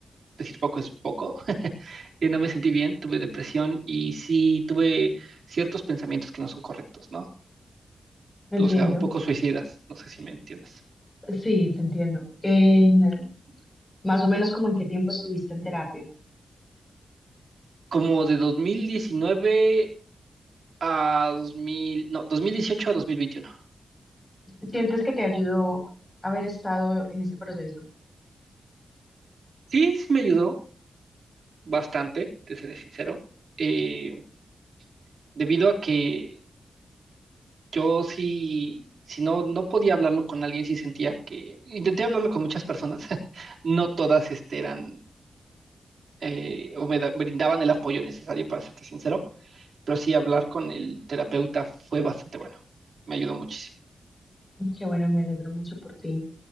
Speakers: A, on the right; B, on the left.
A: decir poco es poco. <laughs> Eh, no me sentí bien, tuve depresión y sí tuve ciertos pensamientos que no son correctos, ¿no?
B: entiendo.
A: o sea, un poco suicidas, no sé si me entiendes.
B: Sí, te entiendo. En, más o menos, ¿como en qué tiempo estuviste en terapia?
A: Como de 2019 a 2000, no, 2018 a 2021.
B: ¿Sientes que te ayudó haber estado en ese proceso?
A: Sí, sí me ayudó bastante, te seré sincero, eh, debido a que yo sí, si no, no podía hablarlo con alguien, sí sentía que, intenté hablarlo con muchas personas, <laughs> no todas este, eran eh, o me da- brindaban el apoyo necesario, para serte sincero, pero sí hablar con el terapeuta fue bastante bueno, me ayudó muchísimo.
B: Qué bueno, me alegro mucho por ti.